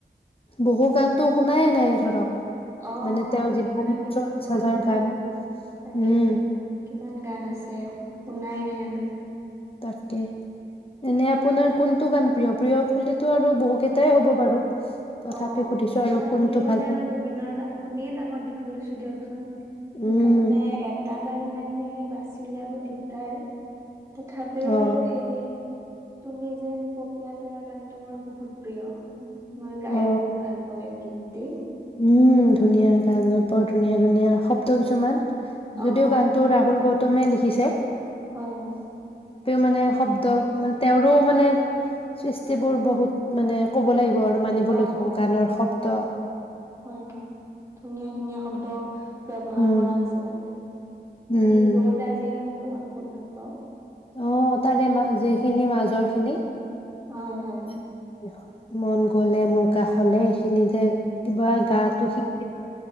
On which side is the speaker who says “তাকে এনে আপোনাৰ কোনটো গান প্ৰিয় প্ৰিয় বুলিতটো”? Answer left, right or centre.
Left